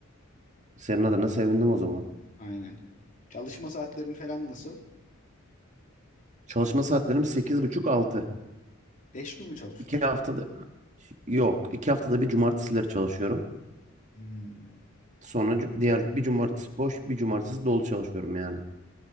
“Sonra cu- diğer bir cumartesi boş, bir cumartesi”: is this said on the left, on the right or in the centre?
Right